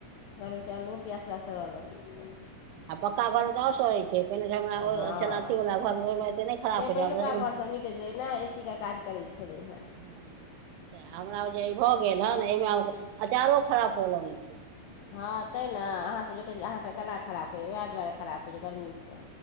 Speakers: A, on the left; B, on the right.
A: घरमे आलू पियाज सेहो सड़ऽ लगै छै।
B: आ पक्का घर तँ आओर सेहो होइ छै। पहिने तऽ हमरा ओ
A: हँ
B: छल अथीवला घरमे ओहिमे एतेक नहि खराब
A: तैए
B: होइ छै
A: पहिलुका
B: आब तऽ एहिमे
A: घर सभमे ए सी के काज करैत छल ने। छलीहै
B: हँ, तऽ हमरा ओ जे ई भऽ गेल हे ने, एहिमे अचारो खराब होय लगैत छै।
A: हँ, तैँ ने अहाँ सभ जे कहैत छियै, अहाँकेँ केना खराब होइए, उएह दुआरे खराब होइ छै, गर्मीसँ।